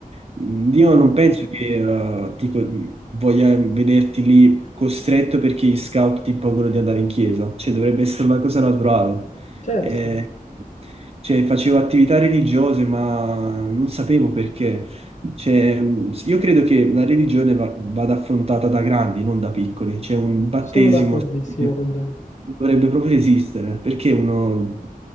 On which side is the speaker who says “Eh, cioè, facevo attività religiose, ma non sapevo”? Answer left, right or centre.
Right